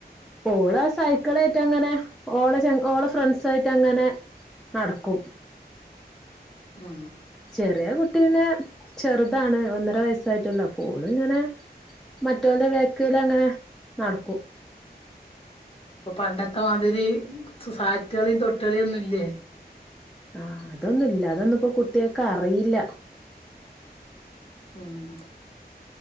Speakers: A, in the centre; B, on the left.
A: ഓൾ ആ സൈക്കളായിറ്റും അങ്ങനെ ഓളെ ചെങ്ങ ഓളെ ഫ്രണ്ട്സ് ആയിറ്റും അങ്ങനെ നടക്കും
B: ആ
A: ചെറിയ കുട്ടി പിന്നെ ചെർതാണ് ഒന്നര വെയസ്സായിട്ട് ഇണ്ട് അപ്പം ഓൾ ഇങ്ങനെ മറ്റോലെ വേക്ക്ൽ അങ്ങനെ നടക്കും
B: ഇപ്പൊ പണ്ടത്തെ മാതിരി സ് സാറ്റ്കളിം തൊട്ട് കളിം ഒന്നും ഇല്ലേ
A: ആ അതൊന്നും ഇല്ല അതൊന്നും ഇപ്പം കുട്ടെക്ക് അറിയില്ല
B: ഉം